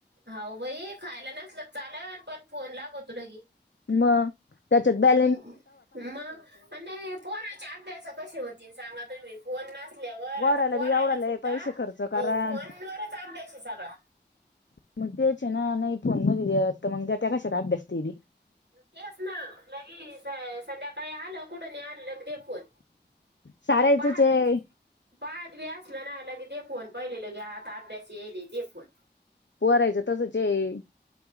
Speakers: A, on the right (about 70°); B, on the left (about 80°).
A: हाऊ बई खायला नसल चालल, पण फोन लागतो लगी
B: म. त्याच्यात बॅट
A: ह् मग आणि त्याने पोरांचे अभ्यास कशे होतील? सांगा तुम्ही. फोन नसल्यावर
B: वराला
A: आता पोरायला
B: बी एवढाला
A: सुद्धा
B: पैसे
A: अ
B: खर्च करा
A: फोनवरच अभ्यास ये सगळा.
B: मग ते चे ना, नही फोन मदि वेळ, त मंग देत्या कशाला अभ्यास ते बी?
A: तेस ना लगी संध्याकाळी आलं कुठं नही आलं दे फोन,
B: सारायचंच
A: ते पाहत
B: आहे
A: पाहत बी असलं ना लगे दे फोन, पहिले लगे आता अभ्यास येयेले, दे फोन.
B: पोरायचं तसंचं ये.